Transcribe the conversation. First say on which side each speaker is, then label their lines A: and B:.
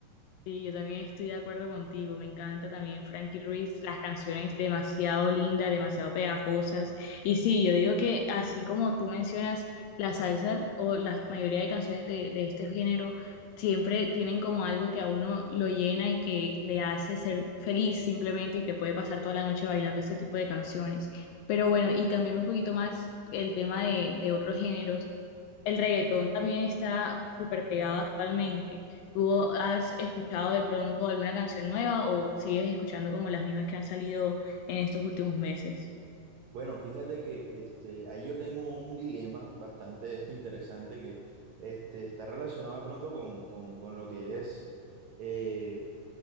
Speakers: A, on the left; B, on the right.
A: Sí, yo también estoy de acuerdo contigo. Me encanta también Frankie Ruiz, las canciones demasiado lindas, demasiado pegajosas. Y sí, yo digo que así como tú mencionas, la salsa o la mayoría de canciones de, de este género siempre tienen como algo que a uno lo llena y que le hace ser feliz simplemente y que puede pasar toda la noche bailando este tipo de canciones. Pero bueno, y cambiando un poquito más el tema de, de otros géneros. El reggaetón también está súper pegado actualmente. ¿Tú has escuchado de pronto alguna canción nueva o sigues escuchando como las mismas que han salido en estos últimos meses?
B: Bueno, fíjate que este, ahí yo tengo un dilema bastante interesante que este, está relacionado de pronto con, con, con lo que es, eh,